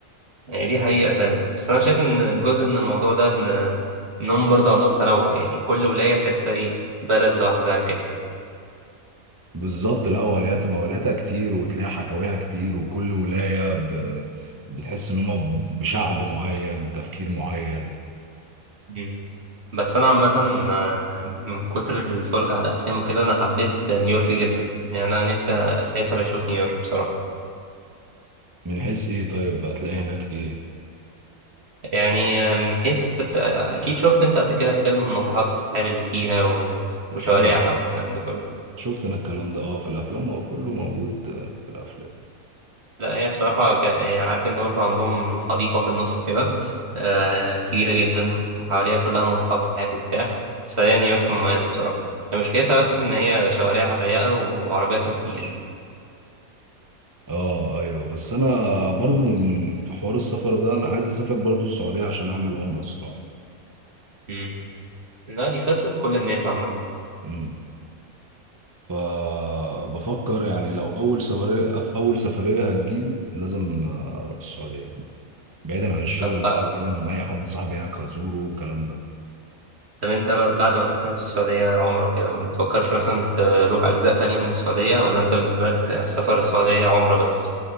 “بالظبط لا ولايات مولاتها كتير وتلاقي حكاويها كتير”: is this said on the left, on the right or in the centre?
Right